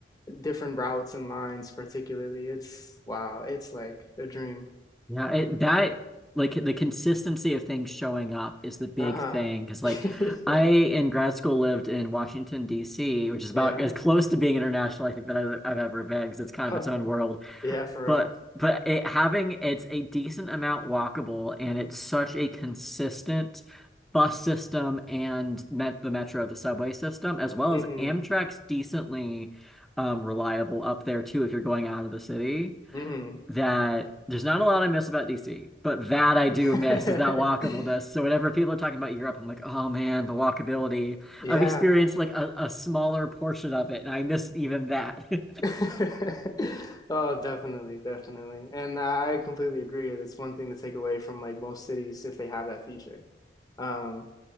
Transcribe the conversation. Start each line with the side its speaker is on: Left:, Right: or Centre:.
Left: different routes and lines, particularly. It's wow, it's like a dream.
Centre: Yeah, it, that like the consistency of things showing up is the big
Left: Uh-huh.
Centre: thing. Because like
Left: <laughs>
Centre: I
Left: Yeah.
Centre: in grad school lived in Washington, D.C., which is about
Left: Yeah.
Centre: as close to being international I think that I've, I've ever been because it's kind
Left: <laughs>
Centre: of its own world.
Left: Yeah, for
Centre: But but it having it's a decent amount walkable and it's such a consistent bus system and met the metro, the subway system, as well
Left: real.
Centre: as Amtrak's decently um, reliable up there too if you're going out of the city
Left: Mm-hmm.
Centre: that there's not a lot I miss about DC, but that I do
Left: Mm-hmm.
Centre: miss is that walkableness. So whenever people are talking about Europe, I'm like, oh man, the walkability.
Left: <laughs> Yeah.
Centre: I've experienced like a, a smaller portion of it, and I miss even that. <laughs>
Left: <laughs> Oh, definitely, definitely. And I I completely agree. It's one thing to take away from like most cities if they have that feature. Um,